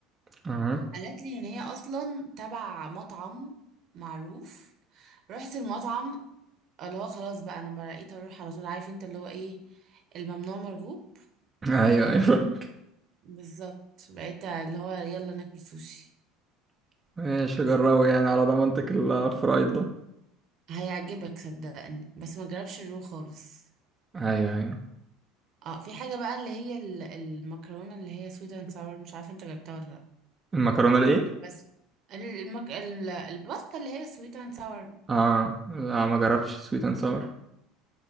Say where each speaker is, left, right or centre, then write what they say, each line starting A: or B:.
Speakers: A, on the right; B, on the right.
A: اها
B: قالت لي ان هي اصلا تبع مطعم معروف رحت المطعم اللي هو خلاص بقى انا بقيت اروح على طول عارف انت اللي هو ايه الممنوع مرغوب
A: ايوه ايوه
B: بالظبط بقيت اللي هو يلا ناكل سوشي
A: <laughs> ماشي جربوا يعني على ضمانتك الفرايد ده
B: هيعجبك صدقني بس ما جربش الرو خالص
A: ايوه ايوه
B: اه في حاجة بقى اللي هي ال- المكرونة اللي هي سويت اند ساور مش عارفة انت جبتها ولا لا
A: المكرونه الايه
B: بس المك... ال- الباستا اللي هي سويت اند ساور
A: اه لا ما جربتش سويت اند ساور